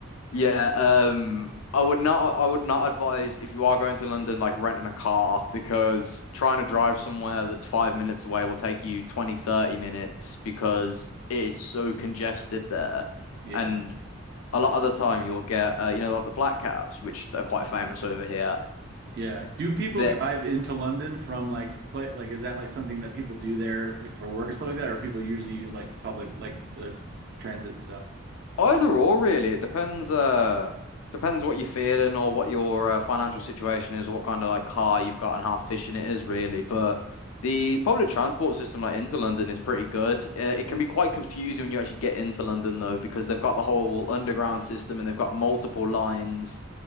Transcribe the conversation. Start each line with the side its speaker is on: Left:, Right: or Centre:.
Left: yeah, um, I would not, I would not advise if you are going to London, like renting a car because trying to drive somewhere that's five minutes away will take you 20 30 minutes because it is so congested there.
Right: Yeah.
Left: And a lot of the time you'll get uh, you know like the black cabs which are quite famous over here
Right: Yeah. Do people
Left: that
Right: drive into London from like play like is that like something that people do there like for work and stuff like that, or people usually use like public like the transit and stuff?
Left: either or really it depends uh depends what you're feeling or what your uh, financial situation is or what kind of like car you've got and how efficient it is really but the public transport system like into London is pretty good uh, it can be quite confusing when you actually get into London though because they've got the whole underground system and they've got multiple lines